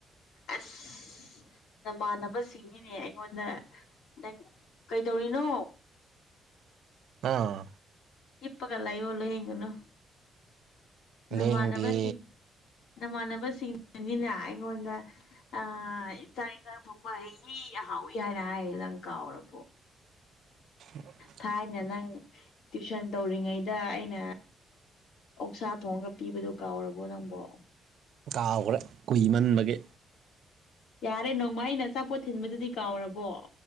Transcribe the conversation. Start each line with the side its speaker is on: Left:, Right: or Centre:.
Left: ꯑꯁ ꯅꯃꯥꯟꯅꯕꯁꯤꯡꯅꯤꯅꯦ ꯑꯩꯉꯣꯟꯗ ꯅꯪ ꯀꯩꯗꯧꯔꯤꯅꯣ
Right: ꯑꯥ
Left: ꯍꯤꯞꯄꯒ ꯂꯩꯌꯣ ꯂꯦꯡꯒꯅꯣ ꯅꯃꯥꯟꯅꯕꯁꯤꯡ
Right: ꯂꯦꯡꯗꯦ
Left: ꯅꯃꯥꯟꯅꯕꯁꯤꯡꯅꯤꯅ ꯑꯩꯉꯣꯟꯗ ꯑ ꯏꯟꯥꯡ ꯏꯟꯁꯥꯡ ꯐꯕ ꯑꯩꯒꯤꯍꯥꯎꯏ ꯍꯥꯏꯅ ꯍꯥꯏꯌꯦ ꯅꯪ ꯀꯥꯎꯔꯕꯣ
Right: <inaudible>
Left: ꯊꯥꯏꯅ ꯅꯪ ꯇ꯭ꯋꯨꯁꯟ ꯇꯧꯔꯤꯉꯩꯗ ꯑꯩꯅ ꯑꯣ ꯁꯥ ꯊꯣꯡꯒ ꯄꯤꯕꯗꯨ ꯀꯥꯎꯔꯕꯣ ꯅꯪꯕꯣ
Right: ꯀꯥꯎꯈ꯭ꯔꯦ ꯀꯨꯏꯃꯟꯕꯒꯤ
Left: ꯌꯥꯔꯦ ꯅꯣꯡꯃ ꯑꯩꯅ ꯑꯆꯥꯄꯣꯠ ꯊꯤꯟꯕꯗꯨꯗꯤ ꯀꯥꯎꯔꯕꯣ